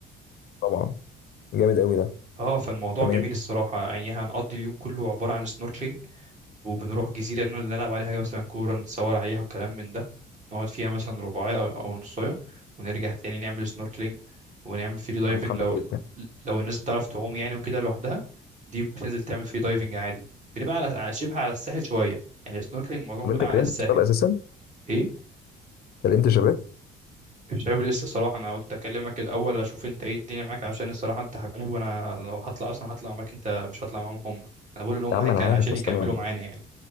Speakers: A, on the left (about 55°); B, on the right (about 40°).
A: طبعا جامد قوي ده
B: اه فالموضوع
A: تمام
B: جميل الصراحه يعني هنقضي اليوم كله عباره عن سنوركلينج وبنروح جزيرة إنه نلعب عليها مثلا كورة نتصور عليها وكلام من ده نقعد فيها مثلا رباعية أو أو نصاية ونرجع تاني نعمل سنوركلينج ونعمل فري دايفنج
A: انا متحمس
B: لو
A: جدا
B: لو الناس بتعرف تعوم يعني وكده لوحدها دي بتنزل تعمل فري دايفنج عادي بنبقى على على- شبه على الساحل شوية يعني السنوركلينج معظمه
A: طب
B: بيبقى
A: انت
B: على
A: كلمت
B: الساحل
A: شباب اساسا
B: ايه
A: كلمت شباب
B: الشباب لسه صراحة أنا قلت أكلمك الأول أشوف أنت إيه الدنيا معاك عشان الصراحة أنت حبيبي وأنا لو هطلع أصلا هطلع معاك أنت مش هطلع معاهم هم أنا بقول إن هم
A: يا عم
B: هيك...
A: انا
B: عشان
A: عارف بس
B: يكملوا
A: تمام
B: معانا يعني